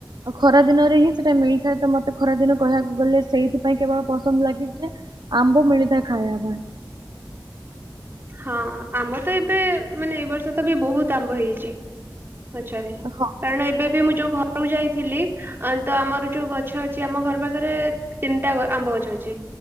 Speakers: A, on the right; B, on the right.
A: ଆଉ ଖରା ଦିନରେ ହିଁ ସେଟା ମିଳିଥାଏ ତ ମତେ ଖରା ଦିନ। କହିବାକୁ ଗଲେ ସେଇଥିପାଇଁ କେବଳ ପସନ୍ଦ ଲାଗେ ଯେ ଆମ୍ବ ମିଳିଥାଏ ଖାଇବା ପାଇଁ।
B: ହଁ ଆମର ତ ଏବେ ମାନେ ଏ ବର୍ଷ ତ ବି ବହୁତ ଆମ୍ବ ହେଇଛି। ପଚାରେ
A: ହଁ
B: କାରଣ ଏବେ ବି ମୁଁ ଯୋଉ ଘରକୁ ଯାଇଥିଲି। ଆଁ ତ ଆମର ଯୋଉ ଗଛ ଅଛି ଆମ ଘର ପାଖରେ ତିନ ଟା ଗ ଆମ୍ବ ଗଛ ଅଛି।